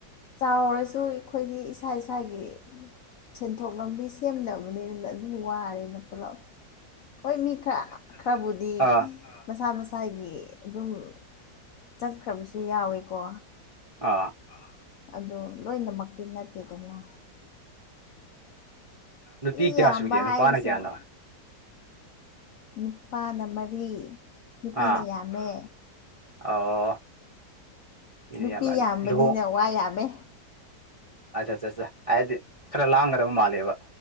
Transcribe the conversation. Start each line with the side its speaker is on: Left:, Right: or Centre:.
Left: ꯆꯥꯎꯔꯁꯨ ꯑꯩꯈꯣꯏꯗꯤ ꯏꯁꯥ ꯏꯁꯥꯒꯤ ꯁꯦꯟꯊꯣꯛ ꯂꯝꯕꯤ ꯁꯦꯝꯗꯕꯅꯤꯅ ꯑꯗꯨꯝ ꯋꯥꯔꯦꯅ ꯄꯨꯜꯂꯞ ꯍꯣꯏ ꯃꯤ ꯈꯔ ꯈꯔꯕꯨꯗꯤ
Right: ꯑꯥ
Left: ꯑ ꯃꯁꯥ ꯃꯁꯥꯒꯤ ꯑꯗꯨꯝ ꯆꯠꯈ꯭ꯔꯕꯁꯨ ꯌꯥꯎꯋꯦꯀꯣ
Right: ꯑꯥ
Left: ꯑ ꯑꯗꫭ ꯂꯣꯏꯅꯃꯛꯇꯤ ꯅꯠꯇꯦꯗꯅ
Right: ꯅꯨꯄꯤ
Left: ꯃꯤ
Right: ꯀꯌꯥ
Left: ꯌꯥꯝꯕ
Right: ꯁꯨꯒꯦ ꯅꯨꯄꯥꯅ
Left: ꯍꯥꯏꯕꯁꯤꯕꯨ
Right: ꯀꯌꯥꯅꯣ
Left: ꯅꯨꯄꯥꯅ ꯃꯔꯤ ꯅꯨꯄꯤꯅ
Right: ꯑꯥ
Left: ꯌꯥꯝꯃꯦ
Right: ꯑꯣ ꯏꯅꯦꯌꯥꯝꯕ
Left: ꯅꯨꯄꯤ ꯌꯥꯝꯕꯅꯤꯅ
Right: ꯂꯨꯍꯣꯡ
Left: ꯋꯥ ꯌꯥꯝꯃꯦ
Right: ꯑꯆꯥ ꯆꯥ ꯆꯥ ꯍꯥꯏꯗꯤ ꯈꯔ ꯂꯥꯡꯒꯗꯕ ꯃꯥꯜꯂꯦꯕ